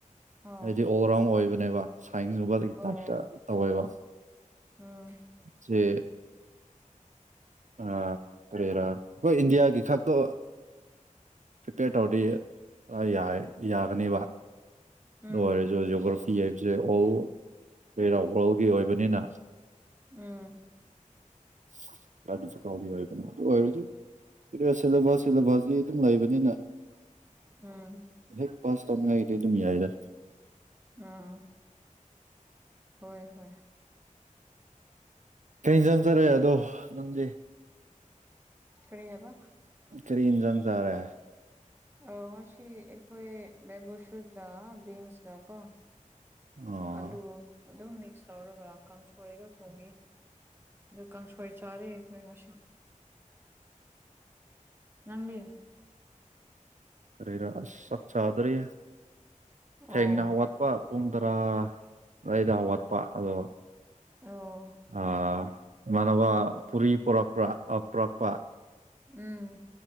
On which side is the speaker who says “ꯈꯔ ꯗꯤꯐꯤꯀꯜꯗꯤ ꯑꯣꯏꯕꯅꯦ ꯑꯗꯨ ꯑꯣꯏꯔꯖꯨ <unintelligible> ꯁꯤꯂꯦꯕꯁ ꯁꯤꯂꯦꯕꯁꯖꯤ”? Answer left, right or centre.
Right